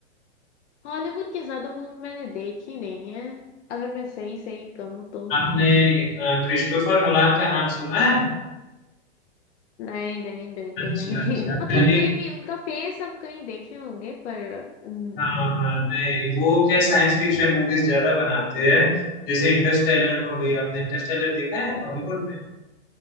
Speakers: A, on the left; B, on the left.
A: हॉलीवुड की ज्यादा मूवी मैंने देखी नहीं है अगर मैं सही सही कहूँ तो
B: आपने अ, क्रिस्टोफर नोलान का नाम सुना है
A: नहीं नहीं बिल्कुल
B: अच्छा
A: नहीं
B: अच्छा
A: <laughs> मतलब
B: मैंने
A: मे भी उनका फेस हम कहीं देखे होंगे पर हम्म
B: हाँ हाँ नहीं वो क्या साइंस फिक्शन मूवीज ज्यादा बनाते हैं जैसे इंटरस्टेलर हो गई आपने इंटरस्टेलर देखा है हॉलीवुड में